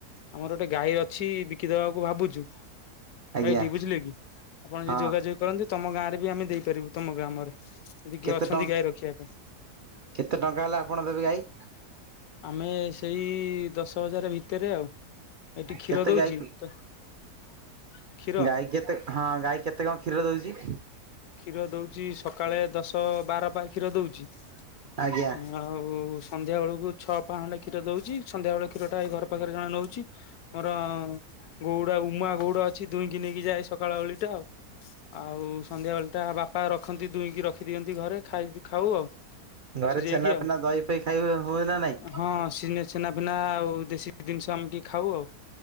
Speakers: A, on the left; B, on the right.
A: ଆମର ଗୋଟେ ଗାଈର ଅଛି ବିକିଦବାକୁ ଭାବୁଛୁ,
B: ଆଜ୍ଞା
A: ଏଇଠି ବୁଝିଲେ କି ଆପଣ
B: ହଁ
A: ଯ ଯୋଗାଯୋଗ କରନ୍ତି ତମ ଗାଁରେ ବି ଆମେ ଦେଇପାରିବୁ ତମ ଗ୍ରାମରେ ଯଦି କିଏ
B: କେତେ
A: ଅଛନ୍ତି
B: ଟ
A: ଗାଈ ରଖିବା ପାଇଁ
B: କେତେ ଟଙ୍କା ହେଲେ ଆପଣ ଦେବେ ଗାଈ?
A: ଆମେ ସେଇ ଦଶ ହଜାର ଭିତରେ ଆଉ। ଏଠି କ୍ଷୀର
B: କେତେ
A: ଦଉଛି?
B: ଗାଈ
A: ତ କ୍ଷୀର,
B: ଗାଈ କେତେ ହଁ ଗାଈ କେତେ କଣ କ୍ଷୀର ଦଉଛି?
A: କ୍ଷୀର ଦଉଚି ସକାଳେ ଦଶ ବାର ପା କ୍ଷୀର ଦଉଛି ଆଉ
B: ଆଜ୍ଞା
A: ଆଉ ସନ୍ଧ୍ୟା ବେଳକୁ ଛଅ ପା ଖଣ୍ଡେ କ୍ଷୀର ଦଉଛି ସନ୍ଧ୍ୟାବେଳେ କ୍ଷୀର ଟା ଏଇ ଘର ପାଖରେ ଜଣେ ନେଉଛି ମୋର ଗଉଡା ଉମା ଗଉଡ ଅଛି ଦୁହିଁକି ନେଇକି ଯାଏ ସକାଳ ଓଳିଟା ଆଉ ଆଉ ସନ୍ଧ୍ୟା ବେଳେ ଟା ବାପା ରଖନ୍ତି ଦୁହିଁକି ରଖିଦିଅନ୍ତି ଘରେ ଖାଇ ଖାଉ ଆଉ
B: ଘରେ
A: ସିଝେଇକି
B: ଛେନା
A: ଆଉ
B: ଫେନା ଦହି ଫହି ଖାଇ ହୁଏ ନା ନାଇଁ?
A: ହଁ ସ ଛେନା ଫେନା ଆଉ ଦେଶୀ ଜିନିଷ ଆମେ ଟିକେ ଖାଉ ଆଉ